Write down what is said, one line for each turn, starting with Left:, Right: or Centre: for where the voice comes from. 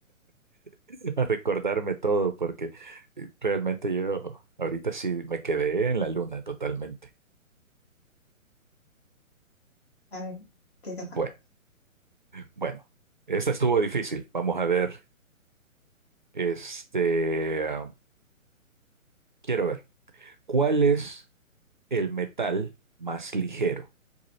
Right: <laughs> a recordarme todo porque eh, realmente yo ahorita sí me quedé en la luna totalmente.
Left: A ver, ¿te toca?
Right: Bueno, bueno, esta estuvo difícil. Vamos a ver, este, ah, quiero ver, ¿cuál es el metal más ligero?